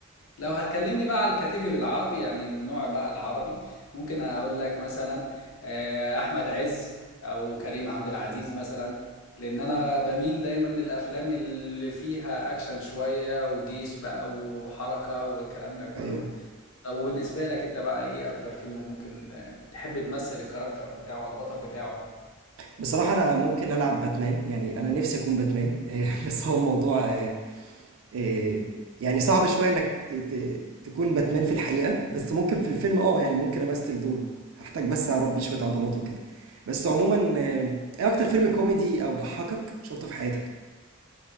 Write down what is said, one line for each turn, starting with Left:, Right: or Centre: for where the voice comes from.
Left: لو هتكلمني بقى على الكاتيجوري العربي يعني النوع بقى العربي ممكن اقول لك مثلا آه، احمد عز او كريم عبد العزيز مثلا لان انا بميل دايما للافلام اللي فيها اكشن شوية وجيش بقى وحركة والكلام ده كله
Right: ايوه
Left: طب وبالنسبة لك انت بقى ايه اكتر فيلم ممكن آه، تحب تمثل الكاركتر بتاعه والبطل بتاعه
Right: بصراحة انا ممكن العب باتمان يعني انا نفسي اكون باتمان <laughs> بس هو موضوع آه، آه، يعني صعب شوية انك ت- ت- تكون باتمان في الحقيقة بس ممكن في الفيلم اه يعني ممكن امثل دوره هحتاج بس اربي شوية عضلات وكده بس عموما آه، ايه اكتر فيلم كوميدي او ضحكك شفته في حياتك